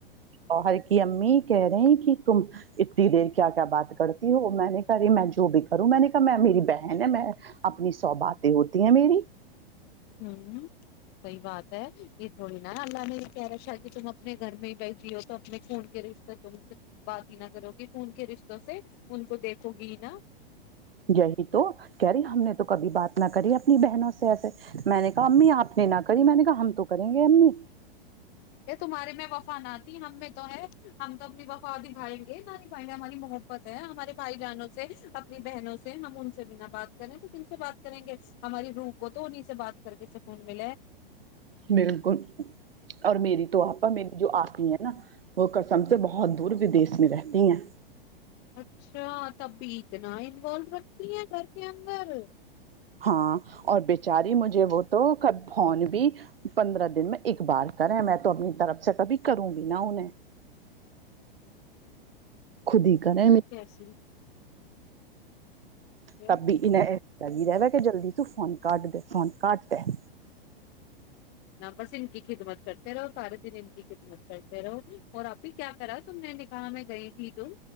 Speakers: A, on the right; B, on the left.
A: تووہر کی امی کہہ رہی ہیں کہ تم اتنی دیر کیا کیا بات کرتی ہو میں نے کہا رہی میں جو بھی کروں میں نے کہا میں میری بہن ہے میں اپنی سو باتیں ہوتی ہیں میری
B: ہ صحی بات ہے یہ تھوڑی نا اللہ نے یہ کہہ را کہ تم اپنے گھر میں ہی بیھ جی ہو تو اپنے خون کے رشتے تم سے بات ہی نہ کرو کہ خون کے رشتوں سے ان کو دیکھو گی نا
A: جی تو کہہ رے ہم نے تو کبھی بات نہ کری اپنی بہنوں سے ایسے میں نے کہا امی آپ نے نہ کری میں نے کہا ہم تو کریں گے امی
B: یہ تمہارے میں وفا نہ تھی ہم میں تو ہے ہم تو اپنی وفا دبھائیں گے نہ نھائیں گے ہماری محبت ہے ہمارے بھائی جانوں سے اپنی بہنوں سے ہم ان سے بھی نہ بات کریں تو جن سے بات کریں گے ہماری روح کو تو انہیں سے بات کر کے سکون ملے
A: بالکل اور میری تو آپا میری جو آپی ہیں نا وہ کسم سے بہت دور ودیش میں رہتی ہیں
B: اچھا تب بھی اتنا انوالو رکھتی ہیں گھر کے اندر
A: ہاں اور بچاری مجھے وہ تو کب فون بھی پندرہ دن میں ایک بار کریں میں تو اپنی طرف سے کبھی کروں بھی نا انہیں خود ہی کریں
B: کیسی ہے
A: تب بھی لگ رہاا جلدی ت فون کاٹ د فون کاٹ د
B: نہ بس ان کی خدمت کرتے رہو سارے دن ان کی خدمت کرتے رہو اور ابھی کیا کرا تم نے نے کہا میں گئی تھی تم